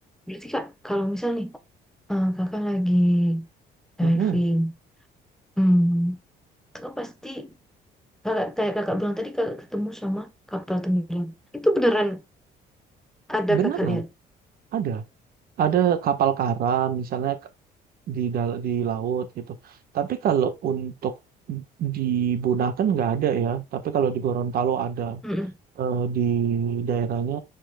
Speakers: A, in the centre; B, on the right (about 60°).
A: Berarti kak, kalau misal nih eh, kakak lagi diving,
B: Mm-mm.
A: hmm, kakak pasti kakak kayak kakak bilang tadi kakak ketemu sama kapal tenggelam. Itu beneran ada
B: beneran
A: kakak lihat.
B: ada ada kapal karam misalnya di dal- di laut gitu. Tapi kalau untuk di Bunaken nggak ada ya. Tapi kalau di Gorontalo ada
A: Mm-mm.
B: eh, di daerahnya